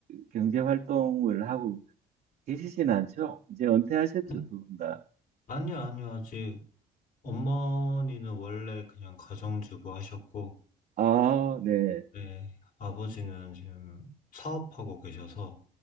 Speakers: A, on the right (about 55°); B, on the left (about 50°).
A: 경제 활동을 하고 계시진 않죠? 이제 은퇴하셨죠,
B: 네?
A: 두 분 다.
B: 아니요, 아니요, 아직 어머니는 원래 그냥 가정주부 하셨고,
A: 아, 네.
B: 네, 아버지는 지금 사업하고 계셔서,